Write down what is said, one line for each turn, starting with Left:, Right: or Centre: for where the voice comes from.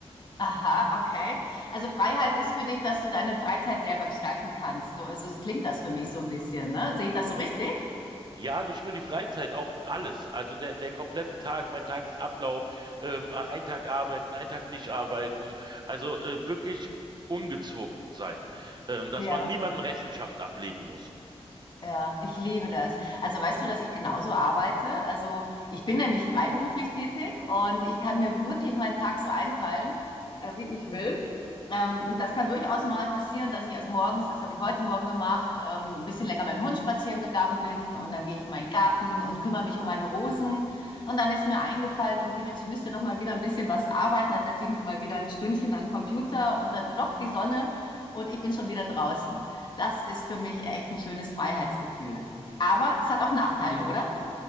Left: Aha, okay. Also Freiheit ist für dich, dass du deine Freizeit selber gestalten kannst. So, so klingt das für mich so ein bisschen, ne? Sehe ich das so richtig?
Right: Ja, nicht nur die Freizeit, auch alles. Also der, der komplette Tag, mein Tagesablauf, ähm, ein Tag arbeiten, ein Tag nicht arbeiten. Also äh, wirklich ungezwungen sein, ähm, dass
Left: Ja.
Right: man niemanden Rechenschaft ablegen muss.
Left: Ja, ich liebe das. Also weißt du, dass ich genauso arbeite? Also ich bin nämlich freiberuflich tätig und ich kann mir wirklich meinen Tag so einteilen, äh, wie ich will. Ähm, das kann durchaus mal passieren, dass ich also morgens, das habe ich heute Morgen gemacht, ähm, ein bisschen länger mit dem Hund spazieren gegangen bin und dann gehe ich in meinen Garten und kümmere mich um meine Rosen. Und dann ist mir eingefallen, irgendwie, Mensch, ich müsste doch mal wieder ein bisschen was arbeiten. Dann setze ich mich mal wieder ein Stündchen an den Computer und dann lockt die Sonne und ich bin schon wieder draußen. Das ist für mich echt ein schönes Freiheitsgefühl. Aber es hat auch Nachteile, oder?